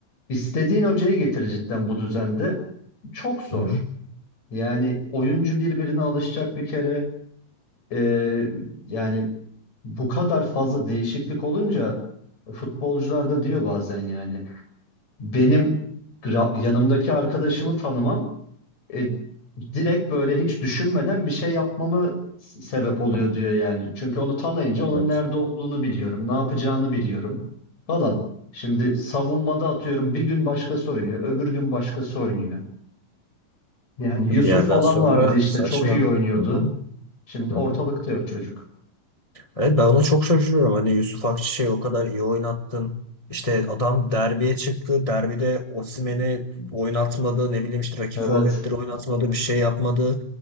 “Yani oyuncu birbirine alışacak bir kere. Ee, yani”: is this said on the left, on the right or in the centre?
Left